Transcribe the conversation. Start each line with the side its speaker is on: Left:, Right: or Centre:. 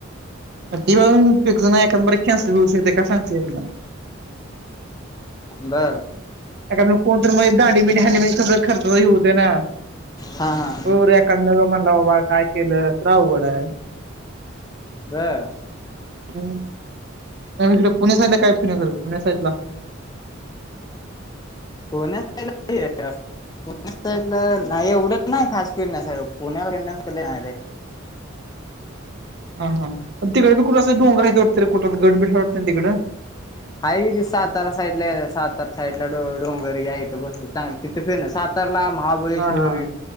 Right: <unintelligible> फिक्स नाही एकंदरीत कॅन्सल होऊ शकतोय काय सांगता येत नाही
Left: बर
Right: एखादं कोण तरी मधीच दांडी बिंडी हाणली म्हणजे तुझा खर्च होय होतंय ना.
Left: हां हां
Right: हो रं एखांदा म्हणला बाबा काय केलं तर अवघड हाय
Left: बर
Right: हम्म म इकडे पुण्या साईटला काय फिरण्यासारख? पुण्या साईटला
Left: <unintelligible> पुण्या साईडला नाही एवढं नाही खास फिरण्या सारख पुण्यात फिरण्यासारख नाही रे
Right: हा हा तिकडे बी कुठ अस डोंगर आहेत वाटत, कुठ गड बीड हाय वाटत ना तिकडं?
Left: हाय की सातारा साईडला सातारा साईडला डों डोंगर हे हाइत भरपूर चांगल तिथे फिरण सात तारला महाबळेश्वर
Right: हा हा
Left: हे